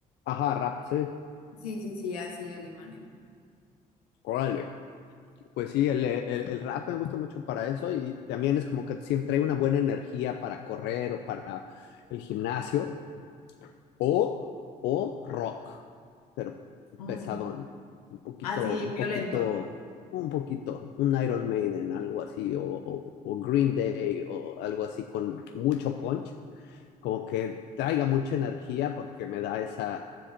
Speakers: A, on the left (about 65°); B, on the left (about 80°).
A: Ajá, rap, sí.
B: Sí, sí, sí, así alemanes.
A: Órale. Pues sí, el, el, el rap me gusta mucho para eso y también es como que siempre trae una buena energía para correr o para el gimnasio o, o rock, pero
B: Mm,
A: pesadón, un poquito,
B: Así
A: un
B: violento.
A: poquito, un poquito, un Iron Maiden, algo así, o, o, o Green Day o algo así con mucho punch, como que traiga mucha energía porque me da esa,